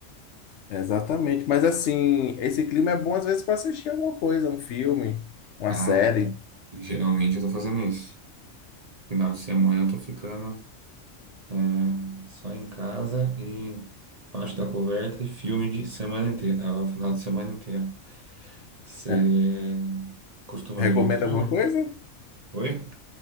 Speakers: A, on the left (about 65°); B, on the right (about 30°).
A: exatamente. Mas assim, esse clima é bom às vezes para assistir alguma coisa, um filme, uma
B: Tá,
A: série.
B: geralmente eu tô fazendo isso. Final de semana eu tô ficando. Hum, Só em casa e embaixo da coberta e filme de semana inteira, ah, final de semana inteira. Você
A: É.
B: costuma
A: Recomenda
B: ver muito filme?
A: alguma coisa?
B: Oi?